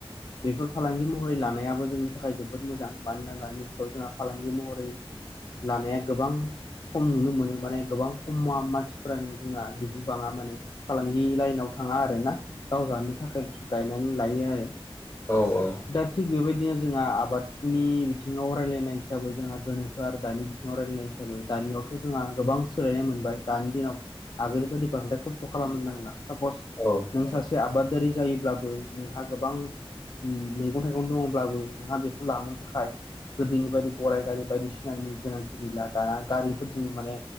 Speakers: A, on the left; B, on the left.
A: बेफोर फालांगि महरै लानायाबो जोंनि थाखाय जोबोद मोजां। मानोना दानि जुगाव जोंहा फालांगि महरै लानाया गोबां खम नुनो मोनो माने गोबां खमा मानसिफोरानो जोंना दिहुनबाङा माने फालांगि लाइनाव थाङा आरो ना गाव जानो थाखाय बुस्थु गायनानै लायो आरो।
B: औ औ।
A: दा थिग बेबायदिनो जोंहा आबाद नि बिथिङाव रायजलायनाय हिसाबै जोंहा गोनोखो आरो दानि बिथिङाव रायज्लायनाय हिसाबै दानियाव थ' जोंहा गोबां सोलायनाय मोनबाय दानि दिनाव आगोल बायदि बांद्राय खस्थ' खालामनो नांला सापस
B: औ
A: नों सासे आबादारि जायोब्लाबो नोंहा गोबां ओम मैगं थाइगं दंब्लाबो नोंहा बेखौ लांनो थाखाय गोदोनि बायदि गराइ गारि बायदिसिनानि गोनांथि गैला दाना गारिफोरजों माने